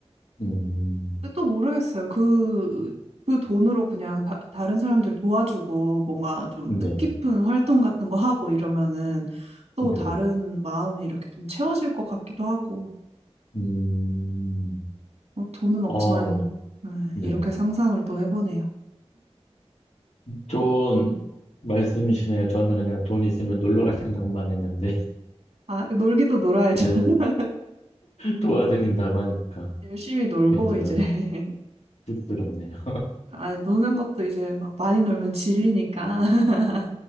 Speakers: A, on the left (about 85°); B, on the right (about 80°).
A: 음,
B: 근데 또 모르겠어요. 그, 그 돈으로 그냥 다, 다른 사람들 도와주고 뭔가 좀
A: 네.
B: 뜻깊은 활동 같은 거 하고 이러면은 또
A: 네.
B: 다른 마음이 이렇게 좀 채워질 것 같기도 하고,
A: 음,
B: 뭐 돈은 없지만,
A: 아,
B: 음,
A: 네.
B: 이렇게 상상을 또 해보네요.
A: 좋은 말씀이시네요. 저는 그냥 돈 있으면 놀러 갈 생각만 했는데,
B: 아, 놀기도 놀아야죠.
A: <laughs> 네,
B: <laughs>
A: 도와드린다고 하니까
B: 열심히 놀고
A: 그냥 제가
B: 이제. <laughs>
A: 쑥스럽네요.
B: 아, 노는 것도 이제 막 많이 놀면 질리니까. <laughs>